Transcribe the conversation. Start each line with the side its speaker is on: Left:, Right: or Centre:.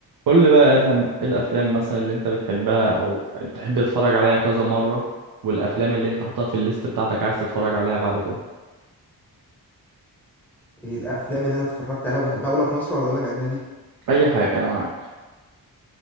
Right: قول لي بقى يا ادهم ايه الافلام مثلا اللي انت بتحبها او بتحب تتفرج عليها كذا مره والافلام اللي انت حاططها في الليست بتاعتك عايز تتفرج عليها بعد كده
Centre: ايه الافلام اللي انا اتفرجت عليها وبحبها اقول لك مصري ولا اقول لك اجنبي
Right: اي حاجه انا معاك